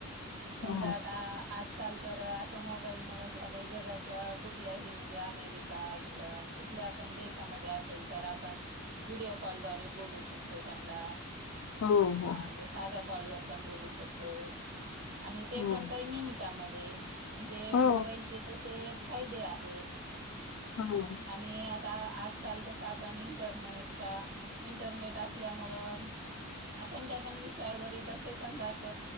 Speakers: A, on the right; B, on the left.
A: समजा
B: हो
A: आता आज काल तर असं मोबाईलमुळे झालंय जगाच्या कुठल्याही म्हणजे अमेरिका इंग्लंड कुठल्या आपण देशामध्ये असेल तर आपण व्हिडिओ कॉल दवारे बोलू शकतो त्यांना.
B: हो
A: हम्
B: हो
A: जे साध्या. कॉलवरर पण बोलू शकतो. आणि ते
B: हो
A: पण काही मिनिटामध्ये. ते म्हणजे
B: हो
A: मोबाईलचे तसे फायदे आहेत
B: हो
A: आणि आता आता आजकाल कस आपण इंटरनेटच्या इंटरनेट असल्यामुळं कोणत्या पण विषयावर एका सेकंदात